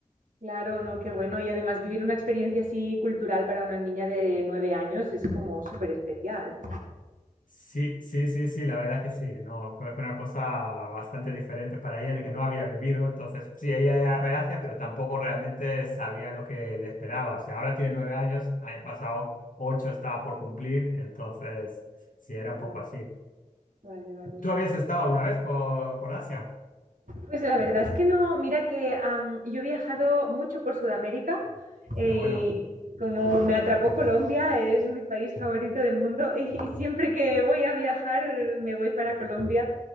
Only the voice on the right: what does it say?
Claro, no, qué bueno. Y además vivir una experiencia así cultural para una niña de nueve años es como súper especial.
Vale,
vale, vale,
claro.
Pues la verdad es que no, mira que am, yo he viajado mucho por Sudamérica eh,
y como me atrapó Colombia, es mi país favorito del mundo <laughs> y siempre que voy a viajar me voy para Colombia